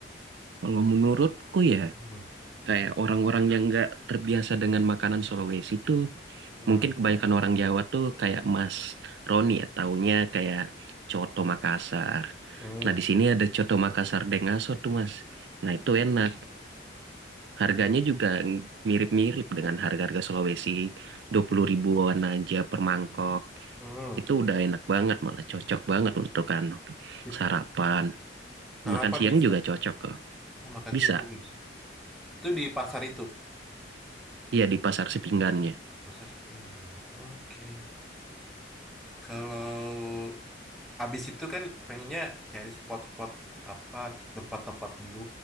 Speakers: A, on the right; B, in the centre.
A: Kalau menurutku ya,
B: Hmm,
A: kayak orang-orang yang nggak terbiasa dengan makanan Sulawesi tuh,
B: hmm,
A: mungkin kebanyakan orang Jawa tuh kayak Mas Roni ya, taunya kayak coto Makassar.
B: hmm,
A: Nah, di sini ada coto Makassar Dengaso tuh, Mas. Nah, itu enak. Harganya juga mirip-mirip dengan harga-harga Sulawesi, 20 ribuan aja per mangkok.
B: hmm.
A: Itu udah enak banget, malah cocok banget untuk anu
B: It-
A: sarapan.
B: Sarapan
A: Makan siang
B: bisa
A: juga cocok kok.
B: Oh, makan
A: Bisa,
B: siang juga bisa itu di pasar itu
A: iya di pasar sepinggannya.
B: Kasar pinggang. Oke. Kalau abis itu kan pengennya nyari spot-spot apa t- tempat-tempat dulu.